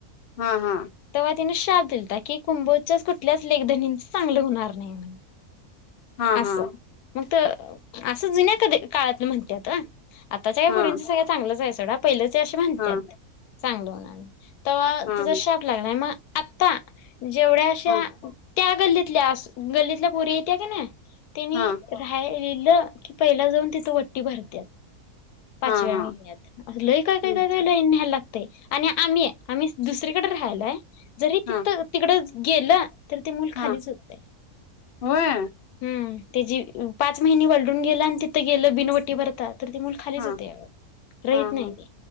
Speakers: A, on the left (about 55°); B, on the left (about 80°).
A: हा-हा
B: तरव्हा तेन शाप दिलता की कुंभोजच्या कुठल्याच लेखधनीच चांगलं होणार नाही म्हण
A: हा
B: असं
A: हा
B: मग असं जुन्या कधी काळात म्हणत आताच्या या
A: हा
B: पुरींच सगळ चांगलंच आहे सडा पहिले स म्हणत्यात
A: हा
B: चांगलं होणार तेव्हा
A: हा
B: तिचा शाप लागलाय मग आत्ता जेवढ्या अशा
A: हा
B: त्या गल्लीतल्या गल्लीतल्या पुरी त्या की नाय त्यांनी
A: हा
B: राय ललं की पहिला जाऊन तिच वट्टी भरत्यात पाच
A: हा
B: वेळा
A: हा
B: होऊन्यात अस लय काय-काय-काय-काय
A: हम्म
B: लईन न्यायला लागत. आणि आम्ही आम्ही दुसरीकडे राहायलाय जरी तिथं
A: हा
B: तिकडं गेलं तर ते मूल
A: हा
B: खालीच होते
A: होय
B: हम्म त्याची पाच महिने वलडून गेला आणि तिथं गेलं बिन वटी भरतात तर ती मुल खालीच
A: हा
B: होते राहीत
A: हा
B: नाही
A: हा
B: ते